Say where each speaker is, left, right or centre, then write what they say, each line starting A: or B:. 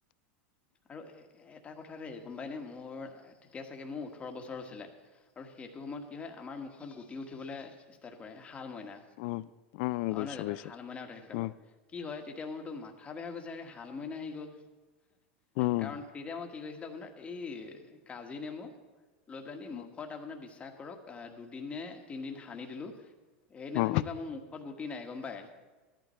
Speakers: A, on the left; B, on the left.
A: আৰু এ এটা কথা দেই গম পাইনে মোৰ তেতিয়া চাগে মোৰ ওঠৰ বছৰ হৈছিলে, আৰু সেইটো সময়ত কি হয় আমাৰ মুখত গুটি উঠিবলৈ ষ্টাৰ্ট কৰে শাল মইনা
B: উম, উম,
A: অ',
B: বুজিছো
A: নহয় জানো
B: বুজিছো,
A: শাল মইনা উঠে
B: উম,
A: কি হয় তেতিয়া মোৰ তো মাথা <unintelligible> শাল মইনা আহি গ'ল
B: উম।
A: কাৰণ তেতিয়া মই কি কৰিছিলে আপোনাৰ এই কাজি নেমু লৈ পেলানি
B: উম,
A: মুখত আপোনাৰ বিশ্বাস কৰক অ', দুদিন নে তিনদিন সানি দিলো এইদিনাখনিৰ
B: উম,
A: পৰা মোৰ মুখত গুটি নাই গম পাই।